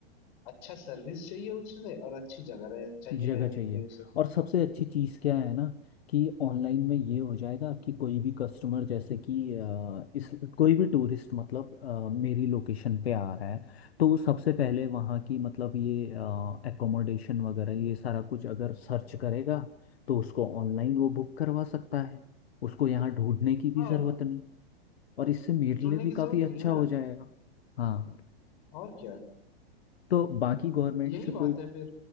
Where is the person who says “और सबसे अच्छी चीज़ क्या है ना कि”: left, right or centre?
Left